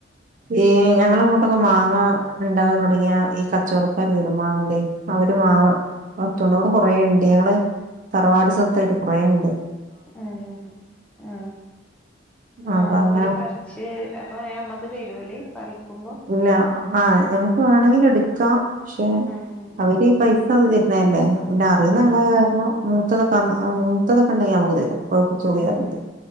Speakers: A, on the right (about 40°); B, in the centre.
A: ഈ ഞങ്ങള അങ്ങോട്ടക്കെ മാങ്ങ ഇണ്ടാവല് തൊടങ്ങിയ ഈ കച്ചവടക്കാര് വരും മാങ്ങണ്ടേ അവര് മാവ് <unintelligible> അവടെ കൊറേണ്ട് ഞങ്ങള് തറവാട് സ്വത്തായിട്ട് കൊറേ ഇണ്ട്
B: ഏ ആ ആ
A: അപ്പൊ അങ്ങനെ
B: ഓല് പറി പക്ഷേ അപ്പ ഞമ്മക്ക് തരുലേ പറിക്കുമ്പോ
A: ഇല്ല ആ ഞമ്മക്ക് വേണെങ്കിലെട് ക്കാ പക്ഷെ
B: ആഹ്
A: അവര് പൈസ തരുന്നല്ലേ പിന്നെ അറിയുന്ന
B: ആഹ്
A: ആളായ കാര്ണം ത്തതൊക്ക അന്ന് മൂത്തതൊക്കെ ഇണ്ടെങ്കി ഞമ്മക്ക് തരും പഴുപ്പിച്ചോളി
B: ആഹ്
A: പർഞ്ഞിട്ട്